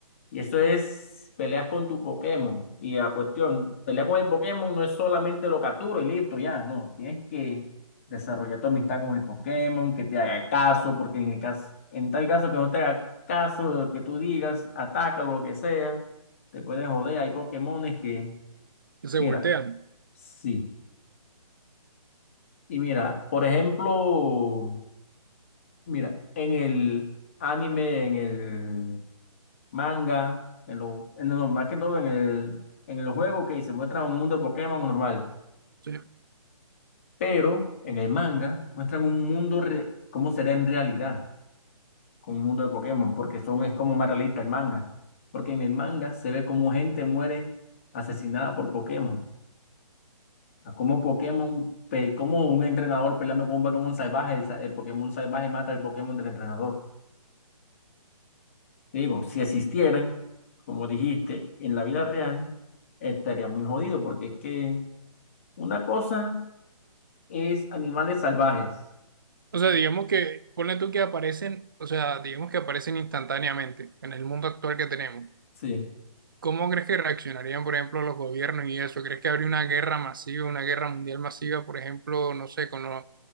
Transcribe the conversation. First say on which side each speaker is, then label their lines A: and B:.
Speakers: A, on the left; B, on the right.
A: Y eso es peleas con tu Pokémon. Y la cuestión, pelear con el Pokémon no es solamente lo capturo y listo, ya, no. Tienes que desarrollar tu amistad con el Pokémon, que te haga caso, porque en el caso, en tal caso que no te haga caso de lo que tú digas, ataca lo que sea, te pueden joder. Hay Pokémones que,
B: Y se
A: mira,
B: voltean.
A: sí. Y mira, por ejemplo. Mira, en el anime, en el manga, en lo, en lo- más que todo en el, en el juego que se muestra un mundo de Pokémon normal,
B: Sí.
A: pero en el manga muestran un mundo re- cómo será en realidad con un mundo de Pokémon, porque son, es como más realista el manga, porque en el manga se ve como gente muere asesinada por Pokémon, a cómo Pokémon, pe- cómo un entrenador peleando con un Pokémon salvaje, el, sa- el Pokémon salvaje mata al Pokémon del entrenador. Digo, si existieran, como dijiste, en la vida real, estaría muy jodido, porque es que una cosa es animales salvajes.
B: O sea, digamos que, ponle tú que aparecen, o sea, digamos que aparecen instantáneamente en el mundo actual que tenemos.
A: Sí.
B: ¿Cómo crees que reaccionarían, por ejemplo, los gobiernos y eso? ¿Crees que habría una guerra masiva, una guerra mundial masiva, por ejemplo, no sé, con los,